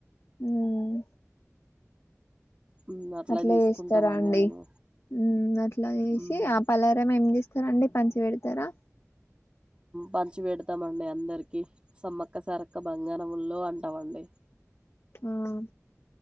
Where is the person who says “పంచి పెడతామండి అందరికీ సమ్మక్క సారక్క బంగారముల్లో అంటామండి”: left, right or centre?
Right